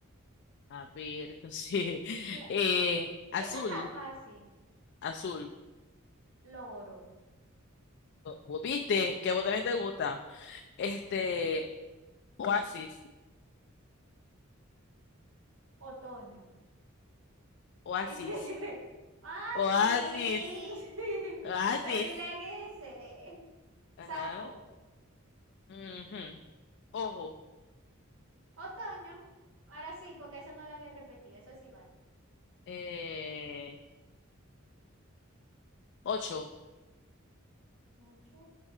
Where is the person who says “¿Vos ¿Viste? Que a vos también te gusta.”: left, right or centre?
Left